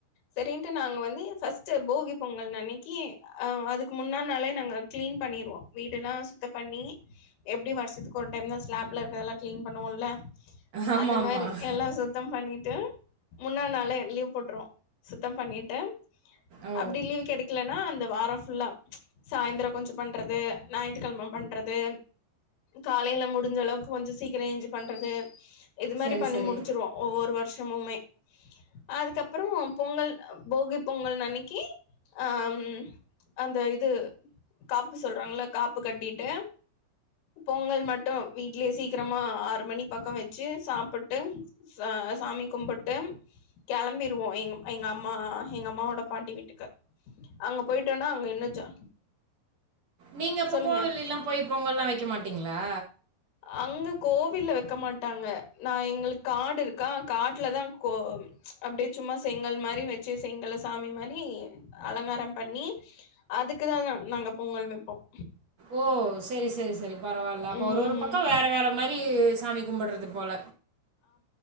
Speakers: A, on the left (about 75°); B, on the right (about 55°).
A: சரின்னுட்டு நாங்க வந்து ஃபர்ஸ்ட் போகி பொங்கல் அன்னைக்கி அஹ் அதுக்கு முன்ன முதல் நாளே நாங்கள் கிளீன் பண்ணிடுவோம் வீடு எல்லாம் சுத்தம் பண்ணி எப்படி வருஷத்துக்கு ஒரு டைம் தான் ஸ்லாப்ல இருக்கறதெல்லாம் கிளீன் பண்ணுவோம்ல
B: ஆமாம்
A: அது
B: ஆமாம்
A: மாரி எல்லாம் சுத்தம் பண்ணி டு முன்னா நாளே லீவ் போட்டுறுவோம் சுத்தம் பண்ணிட்டு
B: ஓ
A: அப்பிடி லீவு கிடைக்கல அந்த வாரம் ஃபுல்லா சாய்ந்தரம் கொஞ்சம் பண்றது ஞாயித்துக்கிழம பண்றது காலையில முடிஞ்ச அளவுக்கு கொஞ்சம் சீக்கிரம் ஏஞ்சு பண்றது இது மாரி
B: சரி
A: பண்ணி
B: சரி
A: முடிச்சுருவோம்ஒவ்வொரு வருஷமுமே அதுக்கப்புறம் பொங்கல் போகி பொங்கல் அன்னைக்கு அஹ் அந்த இது இது காப்பு சொல்றாங்கள காப்பு கட்டிட்டு பொங்கல் மட்டும் வீட்லயே சீக்கிரமா ஆறு மணி பக்கம் வச்சு சாப்பிட்டு ச சாமி கும்பிட்டு கிளம்பிருவோம் எ எங்க அம்மா எங்க அம்மாவோட பாட்டி வீட்டுக்கு அங்க போயிட்டோன்னா அங்க இன்னும் ஜா
B: நீங்க இப்ப
A: சொல்லுங்க
B: கோவிலில்லாம் போய் பொங்கல்லாம் வைக்க மாட்டீங்களா
A: அங்க கோவில்ல வைக்க மாட்டாங்க நான் எங்களுக்கு காடு இருக்கா காட்டுலதான் கோ அப்படியே சும்மா செங்கல் மாரி வச்சு செங்கல் சாமி மாரி அலங்காரம் பண்ணி அதுக்குதான் நாங்க பொங்கல் வைப்போம்
B: ஓ சரி சரி சரி பரவாயில்ல அப்ப
A: ம்
B: ஒரு ஒரு பக்கம் வேற வேற மாரி சாமி கும்பிடுறது போல